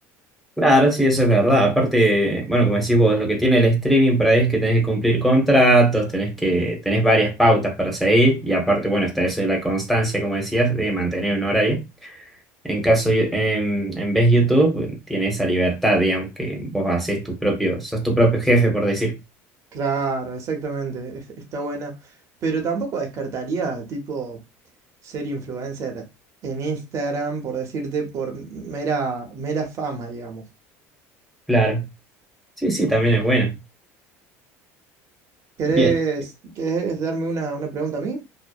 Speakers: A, in the centre; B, on the right.
A: Claro, sí, eso es verdad. Aparte, bueno, como decís vos, lo que tiene el streaming por ahí es que tenés que cumplir contratos, tenés que, tenés varias pautas para seguir, y aparte, bueno, está eso de la constancia, como decías, de mantener un horario. En caso, yo- en, en vez YouTube, bueno, tiene esa libertad, digamos, que vos haces tu propio, sos tu propio jefe, por decir.
B: Claro, exactamente, es- está buena. Pero tampoco descartaría, tipo, ser influencer en Instagram, por decirte, por mera, mera fama, digamos.
A: Claro. Sí, sí, también es bueno.
B: ¿Querés,
A: Bien.
B: querés darme una, una pregunta a mí?